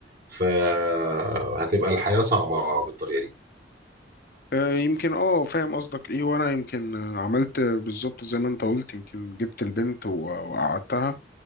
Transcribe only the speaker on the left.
آه، يمكن اه فاهم قصدك ايه وانا يمكن آه، عملت بالظبط زي ما انت قلت يمكن جبت البنت و- وقعدتها